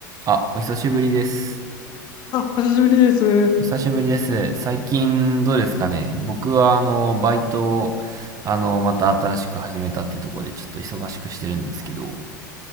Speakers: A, on the right; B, on the left.
A: あ、お久しぶりです。
B: あ、お久しぶりです。
A: お久しぶりです。最近どうですかね僕はあの、バイトを、あの、また新しく始めたってところでちょっと忙しくしてるんですけど。